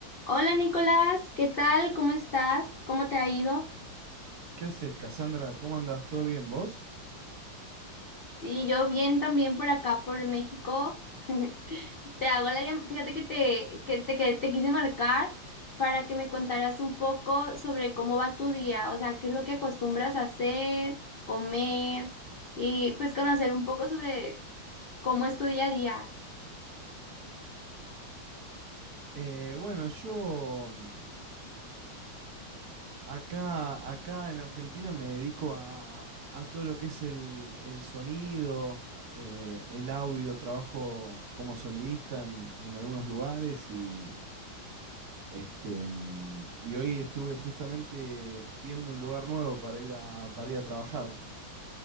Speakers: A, on the left; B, on the right.
A: Hola Nicolás, ¿qué tal? ¿Cómo estás? ¿Cómo te ha ido?
B: ¿Qué haces, Cassandra? ¿Cómo andas? ¿Todo bien vos?
A: Sí, yo bien también por acá, por México. <laughs> Te hago la llam- fíjate que te, que te, que te quise marcar para que me contaras un poco sobre cómo va tu día, o sea, qué es lo que acostumbras a hacer, comer y pues conocer un poco sobre cómo es tu día a día.
B: Eh, bueno, yo mm, acá, acá en Argentina me dedico a, a todo lo que es el, el sonido, eh, el audio, trabajo como sonidista en, en algunos lugares y, este, mm, y hoy estuve justamente viendo un lugar nuevo para ir a, para ir a trabajar.